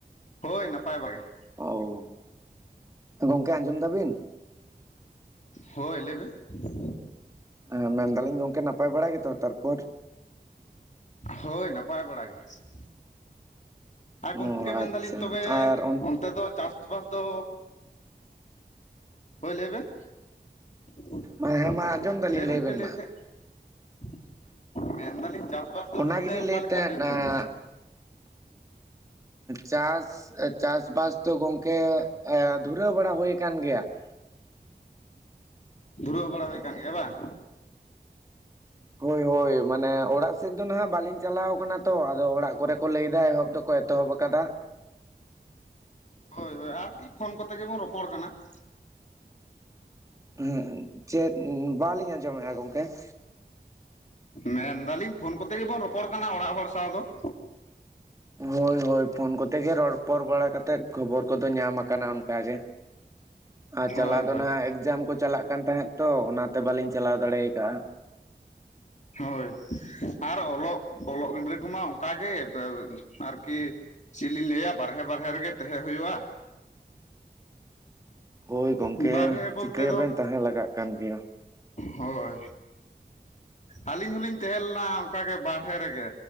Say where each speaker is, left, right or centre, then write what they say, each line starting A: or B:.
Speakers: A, on the left; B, on the right.
A: ᱦᱳᱭ ᱱᱟᱯᱟᱭ ᱵᱟᱜᱮ ᱾
B: ᱚᱳᱻ, ᱜᱚᱝᱠᱮ ᱟᱸᱡᱚᱢ ᱫᱟᱵᱤᱱ?
A: ᱦᱳᱭ ᱞᱟᱹᱭᱵᱮᱱ ᱾
B: ᱦᱮᱸ ᱢᱮᱱᱫᱟᱞᱤᱧ ᱜᱚᱝᱠᱮ ᱱᱟᱯᱟᱭ ᱵᱟᱲᱟ ᱜᱮᱛᱚ ᱛᱟᱨᱯᱚᱨ?
A: ᱦᱳᱭ ᱱᱟᱯᱟᱭ ᱵᱟᱲᱟ ᱜᱮ ᱾ ᱟᱨ ᱜᱚᱢᱠᱮ
B: ᱚ
A: ᱢᱮᱱ
B: ᱟᱪᱪᱷᱟ
A: ᱫᱟᱞᱤᱧ ᱛᱚᱵᱮ
B: ᱟᱨ
A: ᱚᱱᱛᱮ ᱫᱚ ᱪᱟᱥ ᱪᱟᱥᱵᱟᱥ ᱫᱚ, ᱦᱳᱭ ᱞᱟᱹᱭ ᱵᱮᱱ ᱾
B: ᱦᱮᱸ ᱢᱟ ᱟᱸᱡᱚᱢ ᱫᱟᱞᱤᱧ
A: ᱞᱟᱹᱭ ᱵᱮᱱ ᱪᱮᱫ ᱵᱮᱱ ᱞᱟᱹᱭᱮᱫ
B: ᱢᱟ
A: ᱛᱟᱦᱮᱸ ᱾ ᱢᱮᱱᱫᱟᱞᱤᱧ ᱪᱟᱥᱵᱟᱥ ᱫᱚ
B: ᱚᱱᱟ
A: ᱛᱟᱦᱚᱞᱮ
B: ᱜᱮᱞᱤᱧ
A: ᱚᱠᱟᱮ
B: ᱞᱟᱹᱭᱮᱫ
A: ᱞᱮᱠᱟ
B: ᱛᱟᱦᱮᱸᱫ
A: ᱦᱩᱭᱩᱜ
B: ᱱᱟ
A: ᱠᱟᱱᱟ?
B: ᱪᱟᱥ ᱪᱟᱥᱵᱟᱥ ᱫᱚ ᱜᱚᱝᱠᱮ ᱮ ᱫᱷᱩᱨᱟᱹᱣ ᱵᱟᱲᱟ ᱦᱩᱭ ᱟᱠᱟᱱ ᱜᱮᱭᱟ ᱾
A: ᱫᱷᱩᱨᱟᱹᱣ ᱵᱟᱲᱟ ᱦᱩᱭ ᱠᱟᱱ ᱜᱮᱭᱟ ᱵᱟᱝ?
B: ᱦᱳᱭ ᱦᱳᱭ ᱢᱟᱱᱮ ᱚᱲᱟᱜ ᱥᱮᱫ ᱫᱚ ᱱᱟᱦᱟᱜ ᱵᱟᱹᱞᱤᱧ ᱪᱟᱞᱟᱣ ᱟᱠᱟᱱᱟ ᱛᱚ ᱟᱫᱚ ᱚᱲᱟᱜ ᱠᱚᱨᱮ ᱠᱚ ᱞᱟᱹᱭ ᱮᱫᱟ ᱮᱦᱚᱵ ᱫᱚᱠᱚ ᱮᱛᱚᱦᱚᱵ ᱟᱠᱟᱫᱟ ᱾
A: ᱦᱳᱭ ᱦᱳᱭ, ᱟᱨᱠᱤ ᱯᱷᱳᱱ ᱠᱚᱛᱮ ᱜᱮᱵᱚᱱ ᱨᱚᱯᱚᱲ ᱠᱟᱱᱟ ᱾
B: ᱦᱮᱸ ᱪᱮᱫ ᱵᱟᱞᱤᱧ ᱟᱸᱡᱚᱢᱮᱼᱟ ᱜᱚᱝᱠᱮ ᱾
A: ᱢᱮᱱ ᱫᱟᱞᱤᱧ ᱯᱷᱳᱱ ᱠᱚᱛᱮ ᱜᱮᱵᱚᱱ ᱨᱚᱯᱚᱲ ᱠᱟᱱᱟ ᱚᱲᱟᱜ ᱦᱚᱲ ᱥᱟᱶ ᱫᱚ ᱾
B: ᱦᱳᱭ ᱦᱳᱭ ᱯᱷᱳᱱ ᱠᱚᱛᱮ ᱜᱮ ᱨᱚᱯᱚᱲ ᱵᱟᱲᱟ ᱠᱟᱛᱮᱫ ᱠᱷᱚᱵᱚᱨ ᱠᱚᱫᱚ ᱧᱟᱢ ᱟᱠᱟᱱᱟᱫᱟ᱾ ᱚᱱᱠᱟᱟᱜ ᱜᱮ ᱟᱨ
A: ᱦᱳᱭ
B: ᱪᱟᱞᱟᱣ ᱫᱚ
A: ᱦᱳᱭ
B: ᱱᱟᱟᱜ ᱮᱠᱡᱟᱢ ᱠᱚ ᱪᱟᱞᱟᱜ ᱠᱟᱱ ᱛᱟᱦᱮᱸᱫ ᱛᱚ᱾ ᱚᱱᱟᱛᱮ ᱵᱟᱹᱞᱤᱧ ᱪᱟᱞᱟᱣ ᱫᱟᱲᱮ ᱟᱠᱟᱟᱜᱼᱟ ᱾
A: ᱦᱳᱭ ᱟᱨ ᱚᱞᱚᱜ ᱚᱞᱚᱜ ᱜᱤᱫᱽᱨᱟᱹ ᱠᱚᱢᱟ ᱚᱱᱠᱟᱜ ᱜᱮ ᱟᱨᱠᱤᱼᱼ ᱪᱮᱫ ᱞᱤᱧ ᱞᱟᱹᱭᱟ ᱵᱟᱦᱨᱮ ᱵᱟᱦᱮ ᱨᱮᱜᱮ ᱛᱟᱦᱮᱸ ᱦᱩᱭᱩᱜᱼᱟ᱾
B: ᱦᱳᱭ ᱜᱚᱝᱠᱮ
A: ᱵᱟᱨᱦᱮ ᱵᱚᱞᱛᱮ
B: ᱪᱤᱠᱟᱹᱭᱟᱵᱮᱱ
A: ᱫᱚ
B: ᱛᱟᱦᱮᱸ ᱞᱟᱜᱟᱜ ᱠᱟᱱ ᱜᱮᱭᱟ᱾
A: ᱦᱳᱭ ᱟᱹᱞᱤᱧ ᱦᱚᱞᱤᱧ ᱛᱟᱦᱮᱸᱞ ᱞᱮᱱᱟ᱾ ᱚᱱᱠᱟᱜᱮ ᱵᱟᱦᱮᱨᱮ ᱨᱮᱜᱮ